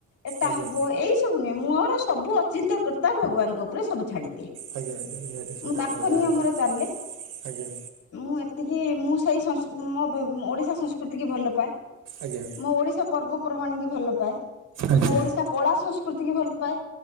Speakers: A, on the left; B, on the right.
A: ଏଟା
B: ଆଜ୍ଞା
A: ହବ ଏଇ ତୁମେ ମୋର ସବୁ ଅଚିନ୍ତାକର୍ତ୍ତା ଭଗବାନଙ୍କ ଉପରେ ସବୁ ଛାଡ଼ିଦିଏ,
B: ଆଜ୍ଞା ଆଜ୍ଞା ନିହାତି ସେଇଟା
A: ମୁଁ ତାଙ୍କ
B: ରହିବା
A: ନିୟମର
B: ଦରକାର
A: ଚାଲେ
B: ଆଜ୍ଞା
A: ମୁଁ ଏତିକି ମୁଁ ସେଇ ସଂସ୍ ମୋ ଓଡ଼ିଶା ସଂସ୍କୃତିକୁ ଭଲ ପାଏ।
B: ଆଜ୍ଞା।
A: ମୋ ଓଡ଼ିଶା ପର୍ବପର୍ବାଣ କି ଭଲ ପାଏ
B: ଆଜ୍ଞା।
A: ମୋ ଓଡ଼ିଶା କଳା ସଂସ୍କୃତିକି ଭଲ ପାଏ।